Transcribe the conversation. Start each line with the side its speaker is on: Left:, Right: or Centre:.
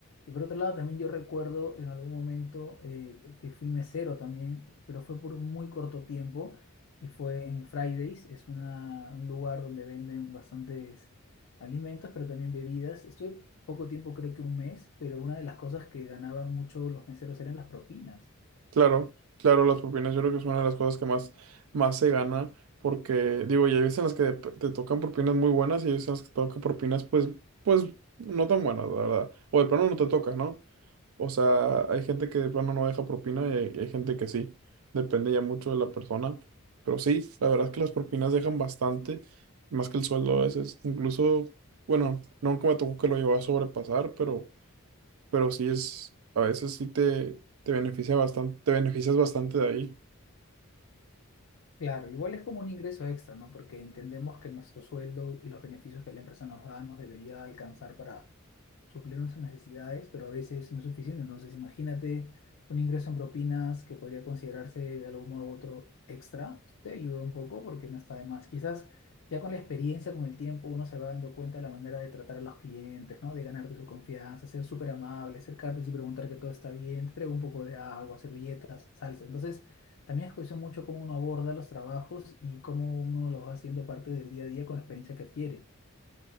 Left: Y por otro lado, también yo recuerdo en algún momento eh, que fui mesero también, pero fue por muy corto tiempo y fue en Fridays, es una- un lugar donde venden bastantes alimentos, pero también bebidas. Estuve poco tiempo, creo que un mes, pero una de las cosas que ganaban mucho los meseros eran las propinas.
Right: Claro, claro, las propinas yo creo que es una de las cosas que más, más se gana, porque digo, ya hay veces en las que te, te tocan propinas muy buenas y hay veces en las que te tocan propinas pues, pues no tan buenas, la verdad. O de plano no te toca, ¿no? O sea, hay gente que de plano no deja propina y hay, hay gente que sí. Depende ya mucho de la persona. Pero sí, la verdad es que las propinas dejan bastante, más que el sueldo a veces. Incluso, bueno, nunca me tocó que lo llevaba a sobrepasar, pero pero sí es, a veces sí te, te beneficia bastante, te beneficias bastante de ahí.
Left: Claro, igual es como un ingreso extra, ¿no? Porque entendemos que nuestro sueldo y los beneficios que la empresa nos da nos debería alcanzar para suplir nuestras necesidades, pero a veces no es suficiente. Entonces, imagínate un ingreso en propinas que podría considerarse de algún modo u otro extra, te ayuda un poco porque no está de más. Quizás ya con la experiencia, con el tiempo, uno se va dando cuenta de la manera de tratar a los clientes, ¿no? De ganarte su confianza, ser súper amable, acercarte y preguntar que todo está bien, te traigo un poco de agua, servilletas, salsa. Entonces, también es cuestión mucho cómo uno aborda los trabajos y cómo uno los va haciendo parte del día a día con la experiencia que adquiere.